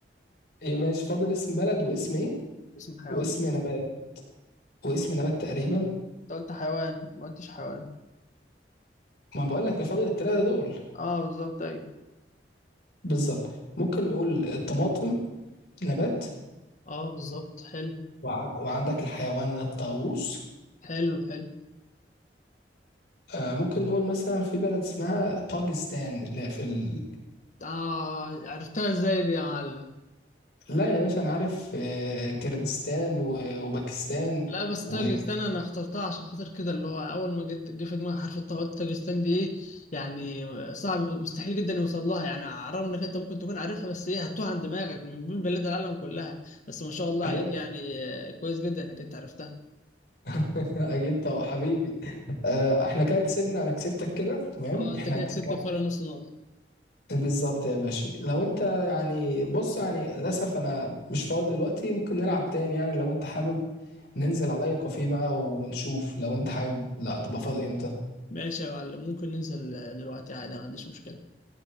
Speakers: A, on the left (about 65°); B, on the left (about 45°).
A: إيه ماشي فاضل اسم بلد واسم ايه
B: <laughs> اسم حيوان
A: واسم نبات واسم نبات تقريبا
B: انت قلت حيوان ما قلتش حيوان
A: ما بقول لك فاضل الثلاثه دول
B: اه بالظبط اي
A: بالظبط ممكن نقول الطماطم نبات
B: اه بالظبط حلو
A: وعن... وعندك الحيوان الطاووس
B: حلو حلو
A: آه ممكن نقول مثلا في بلد اسمها طاجستان لا في ال...
B: اه عرفتها ازاي دي يا معلم
A: لا يا باشا انا عارف آه كردستان و... وباكستان
B: لا بس
A: و...
B: تاجستان انا اخترتها عشان خاطر كده اللي هو اول ما جيت جه في دماغي حرف الطاء قلت تاجستان دي ايه يعني صعب مستحيل جدا يوصل لها يعني على الرغم انك انت ممكن تكون عارفها بس ايه هتوه عن دماغك من بين بلاد العالم كلها بس ما شاء الله
A: ايوه
B: عليك يعني آه، كويس جدا انك انت عرفتها
A: <laughs> اكيد طبعا حبيبي آه احنا كده كسبنا انا كسبتك كده تمام
B: اه انت
A: احنا
B: كده
A: بنتكلم
B: كسبت فرق نص نقطة
A: بالظبط يا باشا لو انت يعني بص يعني للاسف انا مش فاضي دلوقتي ممكن نلعب تاني يعني لو انت حابب ننزل على اي كافيه بقى ونشوف لو انت حابب لا تبقى فاضي امتى
B: ماشي يا معلم ممكن ننزل آه، دلوقتي عادي ما عنديش مشكلة